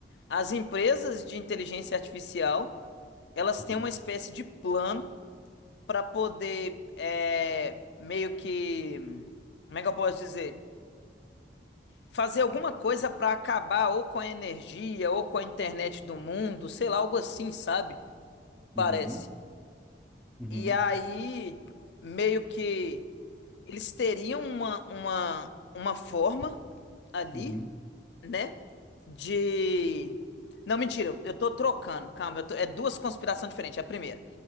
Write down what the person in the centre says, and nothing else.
Uhum.
Uhum, uhum,
uhum,